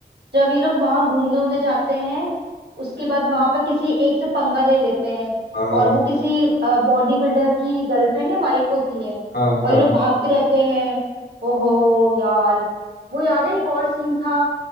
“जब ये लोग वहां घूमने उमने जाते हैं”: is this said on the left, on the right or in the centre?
Right